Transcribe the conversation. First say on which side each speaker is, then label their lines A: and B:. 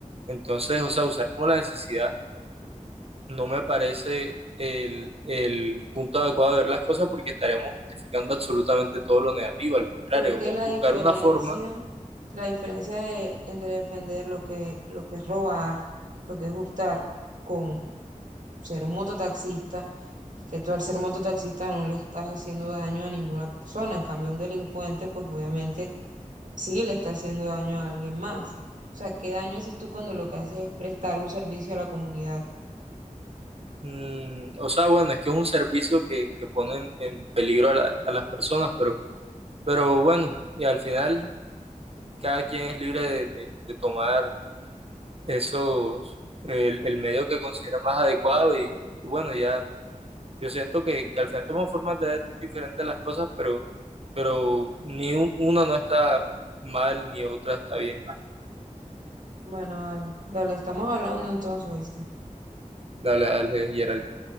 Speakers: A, on the right (about 50°); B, on the right (about 70°).
A: Entonces, o sea, usar como la necesidad no me parece el, el punto adecuado de ver las cosas porque estaríamos justificando absolutamente todo lo negativo, al contrario,
B: Pero es que
A: vamos
B: la
A: a buscar
B: diferencia,
A: una forma
B: la diferencia de, entre defender lo que, lo que es robar, lo que es hurtar, con ser un mototaxista, que tú al ser mototaxista no le estás haciendo daño a ninguna persona, en cambio un delincuente pues obviamente sí le está haciendo daño a alguien más. O sea, ¿qué daño haces tú cuando lo que haces es prestar un servicio a la comunidad?
A: Mm, o sea, bueno, es que es un servicio que, que pone en, peligro a, la- a las personas, pero Pero bueno, y al final cada quien es libre de, de- de tomar esos, el, el medio que considera más adecuado y, y bueno, ya yo siento que, que al final tenemos formas de ver diferentes las cosas, pero, pero ni un- una no está mal ni otra está bien.
B: Bueno, dale, dale, estamos hablando entonces, ¿oíste?
A: Dale, dale, Geraldine.